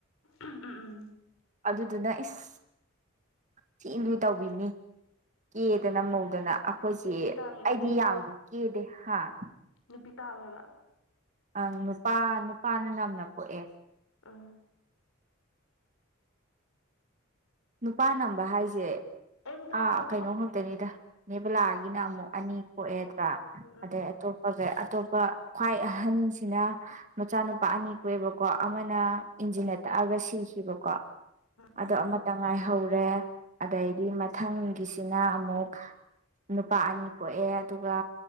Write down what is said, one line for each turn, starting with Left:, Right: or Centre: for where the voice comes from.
Left: ꯎꯝ ꯎꯝ ꯎꯝ
Right: ꯑꯗꯨꯗꯨꯅ ꯏꯁ ꯊꯤ ꯂꯨꯅ ꯇꯧꯕꯤꯅꯤ ꯀꯦꯗꯅ ꯃꯧꯗꯅ ꯑꯩꯈꯣꯏ ꯆꯦ
Left: ꯅꯨꯄꯤ ꯇꯥꯡꯉꯦ
Right: ꯑꯩꯗꯤ
Left: ꯅꯣꯏꯗꯤ
Right: ꯌꯥꯝꯕꯨ ꯀꯦꯗꯦ ꯍꯥꯥ
Left: ꯅꯨꯄꯤ ꯇꯥꯡꯉꯦꯕ
Right: ꯑꯪ ꯅꯨꯄꯥ ꯅꯨꯄꯥꯅ ꯅꯝꯅ ꯄꯣꯛꯑꯦ
Left: ꯑꯥ
Right: ꯅꯨꯄꯥ ꯅꯝꯕ ꯍꯥꯏꯁꯦ
Left: ꯑꯩ ꯑꯃꯨꯛ ꯇꯧꯔꯛꯀꯦ
Right: ꯑꯥ
Left: ꯉꯥꯏꯈꯣ
Right: ꯀꯩꯅꯣ ꯈꯛꯇꯅꯤꯗ ꯅꯦꯕꯂꯥꯒꯤꯅ ꯑꯃꯨꯛ ꯑꯅꯤ ꯄꯣꯛ ꯑꯦꯗ꯭ꯔꯥ
Left: ꯎꯝ ꯎꯝ
Right: ꯑꯗꯩ ꯑꯇꯣꯞꯄꯒꯩ ꯑꯇꯣꯞꯄ ꯈ꯭ꯋꯥꯏ ꯑꯍꯟꯁꯤꯅ ꯃꯆꯥꯅꯨꯄꯥ ꯑꯅꯤ ꯄꯣꯛ ꯑꯦꯕꯀꯣ ꯑꯃꯅ ꯏꯟꯖꯤꯟꯅ ꯇꯛ ꯑꯒ ꯁꯤꯈꯤꯕꯀꯣ
Left: ꯎꯝ
Right: ꯑꯗꯣ ꯑꯃ ꯉꯥꯏꯍꯧꯔꯦ ꯑꯗꯩꯗꯤ ꯃꯊꯪꯒꯤꯁꯤꯅ ꯑꯃꯨꯛ ꯅꯨꯄꯥ ꯑꯅꯤ ꯄꯣꯛꯑꯦ ꯑꯗꯨꯒ